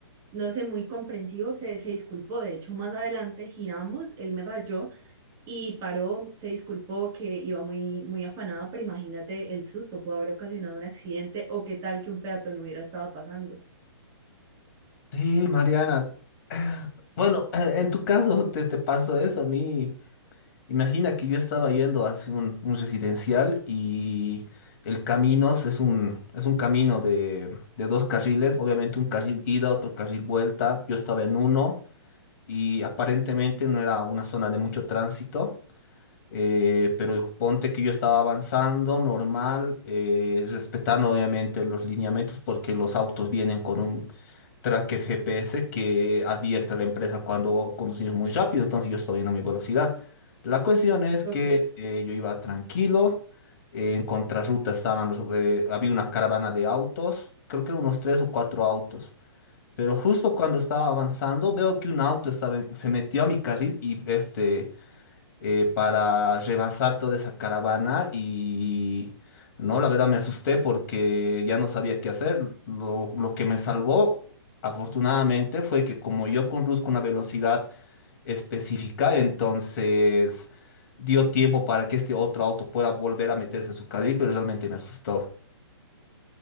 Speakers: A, on the right; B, on the left.
A: no sé, muy comprensivo, se, se disculpó. De hecho, más adelante giramos, él me rayó y paró, se disculpó que iba muy, muy afanada, pero imagínate el susto, pudo haber ocasionado un accidente o qué tal que un peatón no hubiera estado pasando.
B: Sí, Mariana. Bueno, en, en tu caso te, te pasó eso, a mí. Imagina que yo estaba yendo hacia un, un residencial y el camino es un, es un camino de, de dos carriles, obviamente un carril ida, otro carril vuelta. Yo estaba en uno y aparentemente no era una zona de mucho tránsito, eh, pero ponte que yo estaba avanzando normal, eh, respetando obviamente los lineamientos porque los autos vienen con un tracker GPS que advierte a la empresa cuando conducimos muy rápido, entonces yo estaba yendo a mi velocidad. La cuestión es
A: Ok,
B: que eh, yo iba tranquilo, eh, en contrarruta estaban los, eh, había una caravana de autos, creo que unos tres o cuatro autos, pero justo cuando estaba avanzando veo que un auto estaba en- se metió a mi carril y este eh, para rebasar toda esa caravana y no, la verdad me asusté porque ya no sabía qué hacer. Lo, lo que me salvó, afortunadamente, fue que como yo conduzco una velocidad específica, entonces dio tiempo para que este otro auto pueda volver a meterse en su carril, pero realmente me asustó.